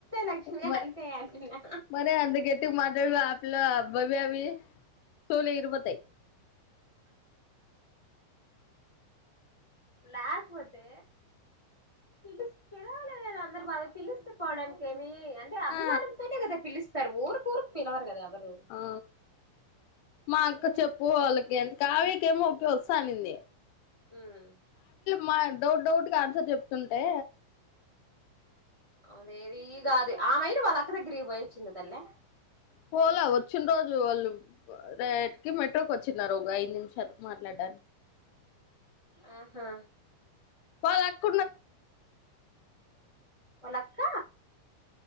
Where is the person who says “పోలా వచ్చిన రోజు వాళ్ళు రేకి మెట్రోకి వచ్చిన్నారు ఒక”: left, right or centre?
Left